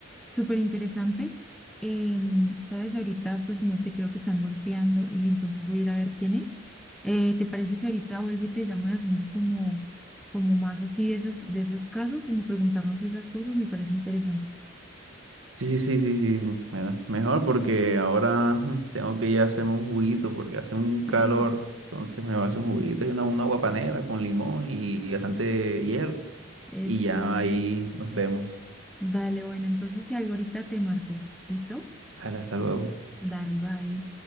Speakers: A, in the centre; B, on the right (about 85°).
A: súper interesantes. Em, sabes, ahorita, pues no sé, creo que están golpeando y entonces voy a ir a ver quién es. Eh, ¿te parece si ahorita vuelvo y te llamo y hacemos como, como más así de esas, de esos casos, como preguntarnos esas cosas? Me parece interesante.
B: Sí, sí, sí, sí, sí, me da- mejor porque ahora mm, tengo que ir a hacerme un juguito porque hace un calor.
A: <laughs>
B: Entonces me va a hacer un juguito y una, una guapanela con limón y bastante hielo.
A: Eso,
B: Y ya ahí nos vemos.
A: dale, bueno, entonces si algo ahorita te marco, ¿listo?
B: Dale, hasta luego.
A: Dale, bye.